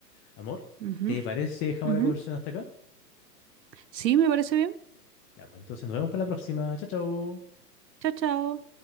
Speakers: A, on the left; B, on the right.
A: Amor,
B: Ujú,
A: ¿te parece si dejamos
B: ujú.
A: la conversación hasta acá?
B: Sí, me parece bien.
A: Ya, pues entonces nos vemos para la próxima. Chao, chao.
B: Chao, chao.